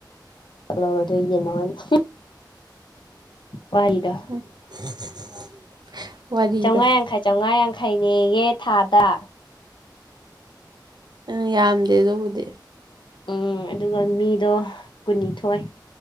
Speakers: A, on the left; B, on the right.
A: ꯂꯧꯔ‌ꯣ ꯑꯗꯨꯒ ꯌꯦꯟꯅꯧ ꯍꯥꯏꯅ‌ ꯋꯥꯔꯤꯗ‌ꯣ
B: <unintelligible> ꯋꯥꯔꯤꯗꯣ
A: ꯆꯧꯉꯥ ꯌꯥꯡꯈꯩ ꯆꯧꯉꯥ ꯌꯥꯡꯈꯩꯅꯦꯌꯦ ꯊꯥꯗ
B: ꯑ ꯌꯥꯝꯗꯦ ꯑꯗꯨꯕꯨꯗꯤ
A: ꯎꯝ ꯑꯗꯨꯒ ꯃꯤꯗꯣ ꯀꯨꯟꯅꯤꯊꯣꯏ